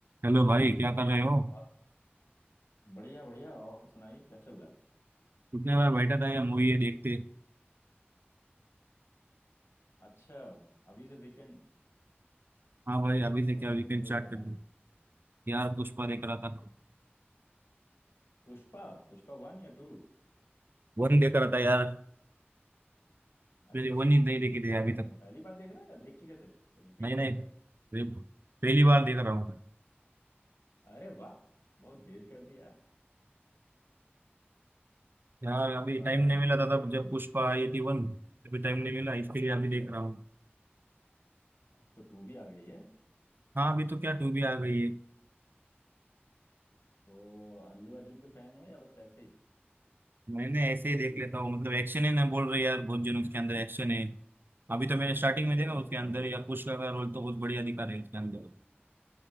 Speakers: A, on the right; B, on the left.
A: Hello भाई क्या कर रहे हो
B: और बढ़िया बढ़िया और सुनाइए क्या चल रहा है
A: कितने बार बैठा था यार मूवी ये देखते
B: अच्छा अभी से वीकेंड
A: हाँ भाई अभी से
B: कौन
A: क्या
B: सी
A: वीकेंड
B: मूवी देख
A: स्टार्ट
B: रहे हो
A: कर
B: वाल
A: दूँ यार पुष्पा देख रहा था
B: पुष्पा पुष्पा वन या टू
A: वन देख रहा था यार
B: अच्छा
A: मैंने वन ही नहीं देखी
B: अ,
A: थी अभी तक
B: पहली बार देख रहे हो या देख चुके थे रिपीट
A: नहीं
B: कर
A: नहीं
B: रहे हो
A: ये पहली बार देख रहा हूँ
B: अरे वाह बहुत देर कर दी यार
A: यार
B: पुष्पा
A: अभी टाइम
B: राज
A: नहीं मिला था
B: झुकेगा
A: तब जब
B: नहीं
A: पुष्पा आई थी वन अभी टाइम नहीं मिला इसके लिए
B: अच्छा
A: अभी देख रहा हूँ
B: अब तो टू भी आ गई है
A: हाँ अभी तो क्या टू भी आ गई है
B: तो अल्लू अर्जुन के फैन हो या बस ऐसे ही
A: मैंने ऐसे ही देख लेता हूँ मतलब एक्शन है ना बोल रहे यार बहुत जन उसके अंदर एक्शन है अभी तो मैंने स्टार्टिंग
B: अरे
A: में देखा उसके
B: बहुत
A: अंदर
B: अच्छा
A: यार
B: है
A: पुष्पा का रोल तो बहुत बढ़िया दिखा रहे हैं उसके अंदर